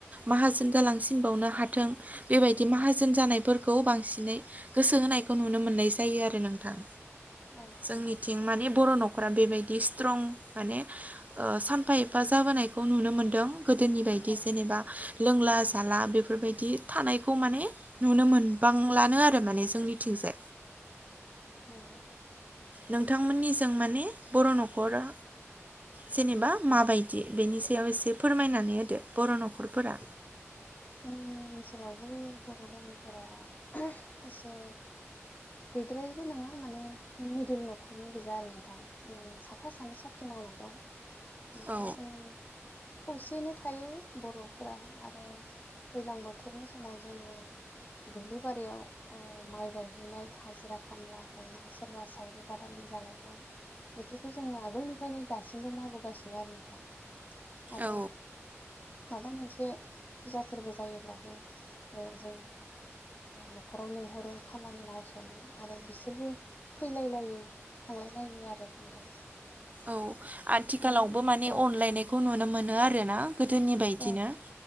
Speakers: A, on the right; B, on the left.
A: माहोन जालांसिनबावनो हाथों बेबायदि
B: औ
A: माहाजोन जानायफोर खौ बांसिनै गोसो होनायखौ नुनो मोननाय जायो आरो नोंथां।
B: औ
A: जोंनिथिं
B: नंगौ
A: माने बर' न' खरा बेबायदि स्ट्रं माने ओ सानफा एफा जाबोनायखौ नुनो मोनदों। गोदोनि बायदि
B: औ
A: जेनेबा लोंला जाला बेफोरबायदि थानायखौ माने नुनो मोनबांलाानो आरो माने जोंनिथिं। <unintelligible>
B: नंगौ
A: नोंथांमोननिजों माने बर' न'खरा जेनेबा माबायदि बेनि सायाव एसे फोरमायना होदो बर' नख'रफोरा
B: आंनि नोजोरावबो बर' गामिफोरा एसे गैद्रायैबो नङा माने मिडिल न'खरनि गोजा आरो नोंथां साफा सानै साख्रि माव मावनाय दं। ओमफ्राय
A: औ
B: जों खौसेयैनो थायो बर'फोरा आरो दैलां बोथोरनि समाव जोङो दुब्लि बारियाव ओ माइ गायहैनाय हाजिरा खामला गायनाय सोरबा सावरि बादालि जालायनाय बेफोरखौ जोङो आगोलनिफ्रायनो दासिमबो मावबोगासिनो आरो नोंथां। आरो
A: औ
B: माबा मोनसे फुजा फोरबो जायोब्लाबो जों न'खराव लेंंहरो खामानि मावस'नो आरो बिसोरबो फैलायलायो संलायलायो आरो नोंथां।
A: औ आथिखालावबो
B: बिनो
A: माने
B: औ
A: अनलायनायखौ नुनो मोनो आरो ना? गोदोनि बायदिनो?
B: औ